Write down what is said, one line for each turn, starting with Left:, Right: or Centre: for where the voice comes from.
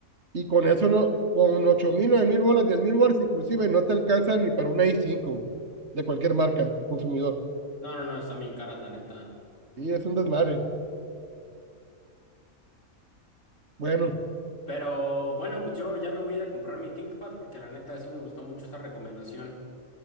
Right: y con eso no, con ocho mil nueve mil bolas, diez mil bolas inclusive, no te alcanzan ni para una i cinco güey, de cualquier marca, de consumidor.
Left: No, no, no, están bien caras, la neta.
Right: Y es un desmadre. Bueno,
Left: Pero bueno, pues yo ya me voy a ir a comprar mi ThinkPad porque la neta sí me gustó mucho esta recomendación.